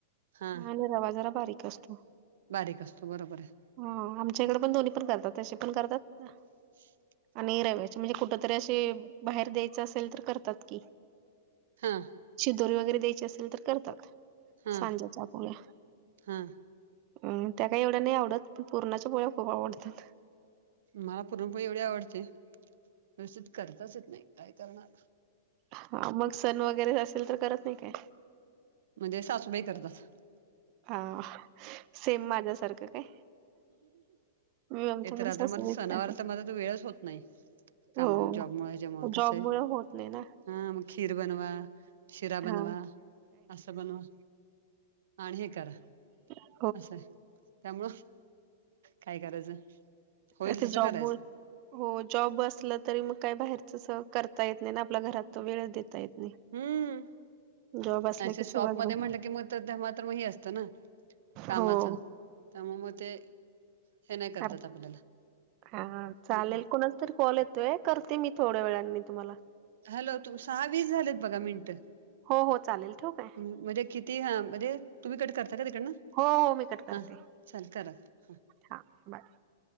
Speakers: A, on the right; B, on the right.
A: हा
B: ह आणि रवा जरा बारीक असतो.
A: बारीक असतो बरोबर आहे.
B: ह आमच्याकडे पण दोन्ही पण करतात तसे पण करतात.
A: <unintelligible>
B: नाही रव्याचे म्हणजे कुठ तरी असे बाहेर द्यायचं असेल तर करतात की
A: हां
B: शिदोरी वगैरे द्यायची असेल तर करतात
A: हा
B: सांज्याच्या पोळ्या.
A: हा
B: अम त्या काय एवढ्या नाही आवडत, पण पूर्णाच्या पोळ्या खूप आवडतात.
A: मला पुरणपोळी एवढी आवडते, व्यवस्थित करताचेत नाही, काय करणार?
B: हा मग सण वगैरे असेल तर करत नाही काय?
A: म्हणजे सासूबाई करतात.
B: हा सेम माझ्यासारखं काय? मी आमच्या
A: तर
B: पण सासूबाईच
A: मला सणावार
B: करतात.
A: तर माझ तो वेळच होत नाही. कामा
B: हो
A: जॉबमुळे ह्याच्यामुळे कसं
B: जॉब
A: आहे
B: मुळ होत नाही ना.
A: हा मग खीर बनवा शिरा
B: हा
A: बनवा, असं बनवा आणि हे करा.
B: ह
A: असंय त्यामुळं काय करायचं? होईल
B: आता
A: तसं
B: जॉब
A: करायचं.
B: हो जॉब असलं तरी मग काही बाहेरच करता येत नाही ना आपल्या घरात तर वेळ देता येत नाही.
A: हम्म
B: जॉब असला
A: अाणि
B: की सगळंच
A: शॉपमध्ये
B: बंद.
A: म्हंटलं की मग तर मात्र मग ह असतं ना कामाच
B: हो
A: त्यामुळं मग ते हे नाही करतात
B: ख
A: आपल्याला
B: हा चालेल
A: मग
B: कोणच चा तर कॉल येतोय करते मी थोड्या वेळानी तुम्हाला
A: हॅलो तू सहा वीस झालेत बघा मिनटं.
B: हो हो चालेल ठेवू काय?
A: म्हणजे किती हा म्हणजे तुम्ही कट करता का तिकडनं
B: हो हो मी कट करते.
A: हा. चालेल करा हां
B: हा बाय